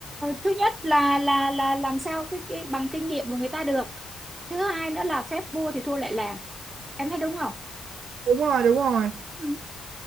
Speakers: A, on the right; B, on the right.
A: thứ nhất là là là làm sao cái, cái bằng kinh nghiệm của người ta được thứ hai nữa là phép vua thì thua lại làng em thấy đúng không
B: đúng rồi, đúng rồi.
A: Ừ.